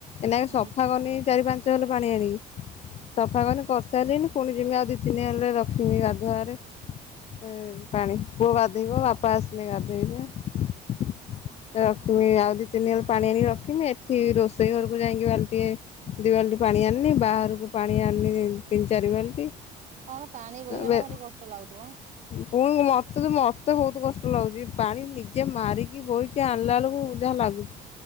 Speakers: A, on the left (about 40°); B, on the right (about 50°).
A: ଏଇନା
B: ଉଁ
A: ସଫା
B: ହୁଁ
A: କରନି ଚାରି ପାଞ୍ଚ ହେଲେ ପାଣି ଆଣିବି। ସଫା କରିନି କରିସାରିଲଣିି। ପୁଣି ଯବି ଆଉ ଦି ତିନିଆ ହେଲେ ରଖିବି ଗାଧୁଆ ଘରେ। ଏ ପାଣି ପୁଅ ଗାଧେଇବ ବାପା ଆସିଲେ ଗାଧେଇବେ। ଏ ରଖିବି
B: ଉଁ ହୁଁ
A: ଆଉ ଦି ତିନି ହଳ ପାଣି ଆଣିକି ରଖ୍ ଖିବି। ଏଠି ରୋଷେଇ ଘରକୁ ଯାଇକି ବାଲ୍ଟିଏ ଦି ବାଲ୍ଟି ପାଣି ଆଣିନି। ବାହାରକୁ ପାଣି ଆଣିନି ତିନ ଚାରି ବାଲ୍ଟି
B: ତମର ପାଣି ବୋହିବାଟା
A: ଏବେ
B: ଭାରି କଷ୍ଟ ଲାଗୁଥିବ ହଁ?
A: ପୁଣି ମତେ ତ ମତେ ବହୁତ କଷ୍ଟ ଲାଗୁଛି ପାଣି ନିଜେ ମାରିକି ବୋହିକି ଆଣିଲା ବେଳକୁ ବୁଝା ଲାଗୁଛି।